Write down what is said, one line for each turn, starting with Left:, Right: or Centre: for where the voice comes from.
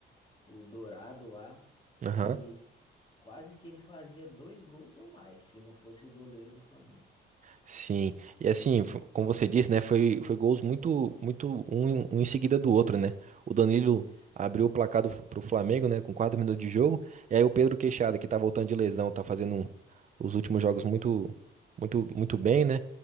Left: o Dourado lá, ele
Right: aham,
Left: quase que ele fazia dois gols ou mais, se não fosse o goleiro do Flamengo.
Right: sim. E assim, fo- como você disse, né, foi, foi gols muito, muito um, em- um em seguida do outro, né? O Danilo
Left: Isso,
Right: abriu o placar do, F- pro Flamengo, né, com quatro minutos de jogo, e aí o Pedro Queixada, que tá voltando de lesão, tá fazendo um- os últimos jogos muito, muito, muito bem, né?